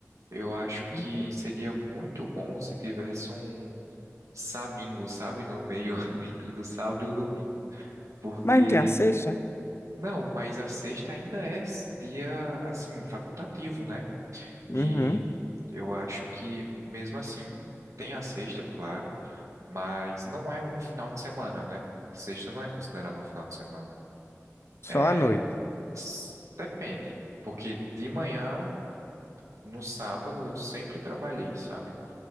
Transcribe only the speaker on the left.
Uhum.
Mas não tem a sexta?
Uhum.
Só
à noite.